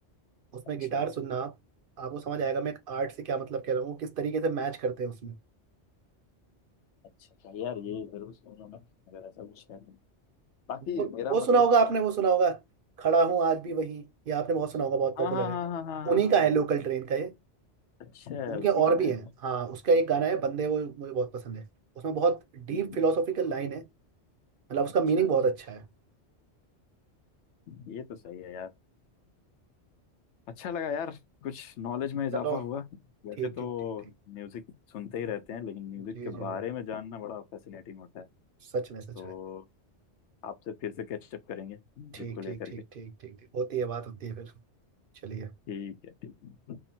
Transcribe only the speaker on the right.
उसमें
गिटार सुनना आप आपको समझ आएगा मैं एक आर्ट से क्या मतलब कह रहा हूँ वो किस तरीके से मैच करते हैं उसमें
वो
वो सुना
होगा आपने वो सुना होगा खड़ा हूँ आज भी वही ये आपने बहुत सुना होगा बहुत पॉपुलर
है
उन्हीं
का है
लोकल ट्रेन
का ये
उनके
और
भी
हैं हाँ उसका एक गाना है बंदे वो मुझे बहुत पसंद है उसमें बहुत डीप
फिलोसॉफिकल लाइन है मतलब उसका
मीनिंग
बहुत अच्छा
है
चलो
ठीक
ठीक ठीक ठीक
जी
जी
सच में सच
में
ठीक
ठीक ठीक
ठीक ठीक ठीक होती है बात होती है फिर चलिए